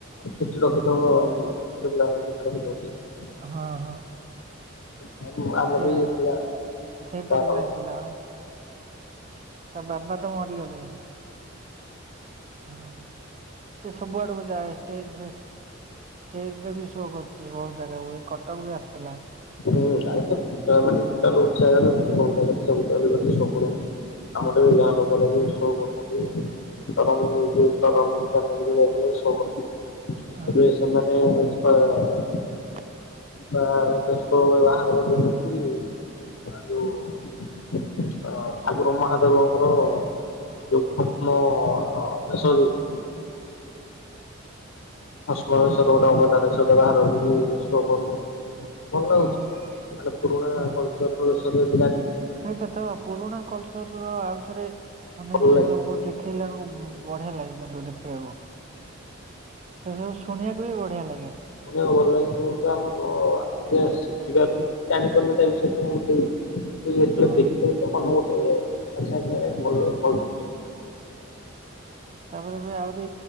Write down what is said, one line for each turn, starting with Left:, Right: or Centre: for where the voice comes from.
Left: ଚୁଟି ରଖିଥିବ ଆଉ। <unintelligible>
Right: ହଁ ହଁ।
Left: ହଁ ଆମର
Right: ସେ
Left: ବି ପିଲା
Right: ସେଇପଟ
Left: ହବ।
Right: ଲାଇନରୁ। ପିଲା। ତା ବାବା ତ ମରିଗଲେ। ହଁ। ସେ ସବୁ ଆଡକୁ ଯାଏ ଷ୍ଟେଜ ଫେଜ୍ ଷ୍ଟେଜ ରେ ବି ଶୋ କରିଚି। ବହୁତ ଜାଗାକୁ ଏ କଟକ କୁ ବି ଆସିଥିଲା।
Left: ହୁଁ ଆସନ୍ତି। ତା ମାନେ ଟୋଟାଲ୍ ଓଡ଼ିଶା <unintelligible> ଶୋ କରନ୍ତି। ଆମର ବି ଗାଁ
Right: ହଁ
Left: ଲୋକରେ ବି ଶୋ କରୁଛନ୍ତି। ତରଙ୍ଗ ଏଇ ଯେ ତରଙ୍ଗ ଚ୍ୟାନେଲ କୁ ଯାଇଥିଲେ ଶୋ କରିଛନ୍ତି।
Right: ହଁ
Left: ଏବେ ସେମାନେ। <unintelligible>
Right: <inaudible>
Left: <unintelligible> ବାହାର କରି। <unintelligible> ଠାକୁର ମହାଦେବଙ୍କର ଯୋଉ ଛଦ୍ମ ବେଶ ଯୋଉ <unintelligible> ର ଗୋଟେ ଅବତାର ସେ ଗୋଟେ ବାହାର କରିକି ସୋ କରୁଚନ୍ତି। ଭଲ ଲାଗୁଚି।
Right: ହଁ ହଁ
Left: ମାନେ ପୁରୁଣା
Right: ହଁ।
Left: କଲ୍ଚର। <unintelligible>
Right: ସେଇଟା ତ ପୁରୁଣା କଲଚରର ଆଉଥରେ ମାନେ
Left: ଭଲ
Right: ସେ
Left: ଲାଗେ।
Right: ସବୁ ଦେଖ୍। ପିଲାଙ୍କୁ ବଢିଆ ଲାଗେ କିନ୍ତୁ ଦେଖିବାକୁ। ସେ ସବୁ ଶୁଣିବାକୁ ବି ବଢିଆ ଲାଗେ।
Left: ଶୁଣିବାକୁ ଭଲ ଲାଗେ। ମୁଁ ତ ଆମର। <unintelligible> ଶିଖି ପାରୁନୁ କି ଜାଣିପାରୁନୁ ତା ବିଷୟରେ। <unintelligible> କିନ୍ତୁ ଯେତେବେଳେ
Right: ହଁ।
Left: ଦେଖିବା ତ ଅନ୍ୟ ଗୋଟେ <unintelligible> ଭଲ ଭଲ ଜିନିଷ୍।
Right: ତାପରେ ଏବେ ଆହୁରି